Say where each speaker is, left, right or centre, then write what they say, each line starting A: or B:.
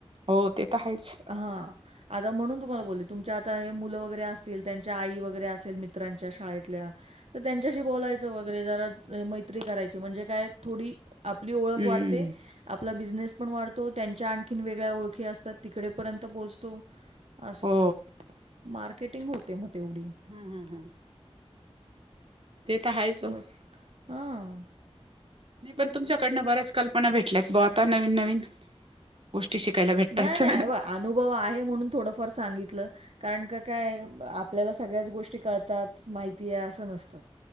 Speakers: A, on the right; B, on the right.
A: हो, ते तर आहेच.
B: हा आता म्हणून तुम्हाला बोले तुमच्या आता हे मुलं वगैरे असतील, त्यांच्या आई वगैरे असेल मित्रांच्या शाळेतल्या तर त्यांच्याशी बोलायचं वगैरे, जरा मैत्री करायची म्हणजे काय थोडी आपली ओळख
A: हम्म
B: वाढते. आपला बिझनेस पण वाढतो. त्यांच्या आणखीन वेगळ्या ओळखी असतात, तिकडेपर्यंत पोहोचतो. असं.
A: हो
B: मार्केटिंग होते मग तेवढी.
A: हम्म हम्म हम्म. ते तर हायचं
B: बस.
A: वो.
B: हां.
A: नाही पण तुमच्याकडनं बऱ्याच कल्पना भेटल्यात बुआ, आता नवीन नवीन. गोष्टी शिकायला भेटतायत
B: नाही नाही. हे बघा अनुभव आहे, म्हणून थोडंफार सांगितलं. कारण का काय आहे. आपल्याला सगळ्याच गोष्टी कळतात, माहिती आहे, असं नसतं.